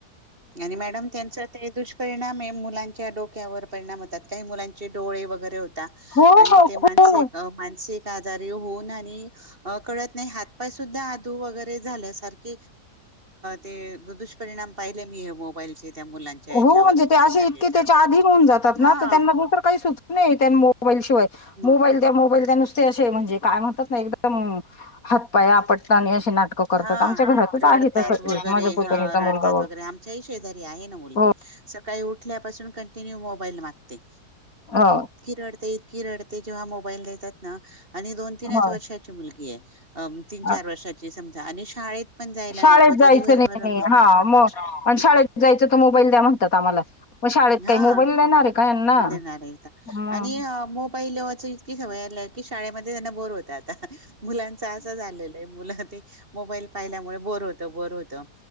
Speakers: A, on the right (about 30°); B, on the left (about 50°).
A: आणि मॅडम त्यांचा ते दुष्परिणाम आहे मुलांच्या डोक्यावर परिणाम होतात काही मुलांचे डोळे वगैरे होता
B: हो
A: आणि ते
B: खूप
A: मान मानसिक आणि हो कळत नाही हात पाय सुधा अधू वगरे झालेत ते दुष्परिणाम पाहिले मी हे मोबाईलचे त्या मुलांच्या
B: हो
A: याच्यावर
B: म्हणजे
A: कितीतरी
B: ते अे इतके
A: याच्यावर
B: त्याच्या आधी होऊन जातात ना
A: हा
B: तर त्यांना दुसरं काही सुच मोबाईलशिवाय
A: म
B: मोबाईल द्या मोबाईल द्या नुसते असे म्हणजे काय म्हणतात ना एकदम हातपाय आपटत आणि नाटकं करतात
A: हा
B: आमच्या घरातच
A: रडतात
B: आहे तसं
A: वगैरे
B: एक माझ्या पुतणीचा
A: ह
B: मुलगा
A: रडतात
B: बघ
A: वगैरे आमच्याही शेजारी आहे ना
B: हो
A: सकाळी उठल्या पासून कॉन्टिन्यू मोबाईल मागते
B: हो
A: रडते जेव्हा मोबाईल देतात ना आणि दोन तीनच
B: हो
A: वर्षाची मुलगी आहे तीन चार
B: अ,
A: वर्षाची समजा आणि शाळेत पण जायला
B: शाळेत
A: नको
B: जायचं
A: ते दिवसभर
B: नाही नाही
A: म-
B: हा म शाळेत जायचं त मोबाईल द्या म्हणतात आम्हाला मग शाळेत
A: हा
B: काही मोबाईल ला येणार आहे का यांना
A: देणार इथ
B: हम्म
A: आणि मोबाईलवरच इतकी सवय आ की शाळेमध्ये त्यांना बोर होत आ मुलांच असं झालेलं आहे मुलं ते मोबाईल पाहिल्यामुळे बोर होतं बोर होतं